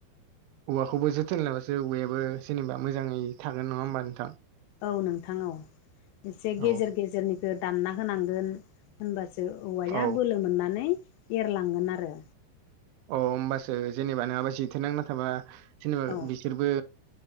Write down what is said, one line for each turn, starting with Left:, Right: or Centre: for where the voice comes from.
Right: औवाखौबो जोथोन लाबासो औवायाबो जेनेबा मोजाङै थागोन नङा होमबा नोंथां?
Left: औ नोंथां औ एसे गेजेर
Right: औ
Left: गेजेरनिखौ दानना होनांगोन। होनबासो औवाया
Right: औ
Left: बोलो मोननानै एरलांगोन आरो।
Right: अ होमबासो जेनेबा नङाबा जेथो नांना थाबा जेनेबा
Left: औ
Right: बिसोरबो